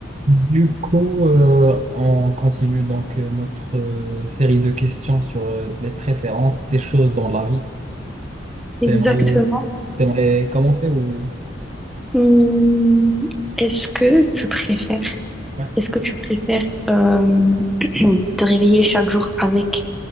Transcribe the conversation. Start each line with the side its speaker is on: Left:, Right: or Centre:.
Right: Du coup, euh, on continue donc euh, notre euh, série de questions sur euh, les préférences des choses dans la vie.
Centre: Exactement.
Right: T'aimerais, t'aimerais commencer ou,
Centre: Hum, Est-ce que tu préfères,
Right: ouais.
Centre: est-ce que tu préfères euh, <clears throat> te réveiller chaque jour avec